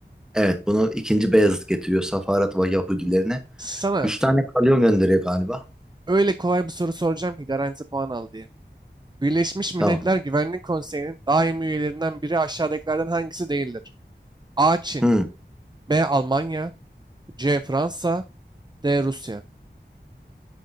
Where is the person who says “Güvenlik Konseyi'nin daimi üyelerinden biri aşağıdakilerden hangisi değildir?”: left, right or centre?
Right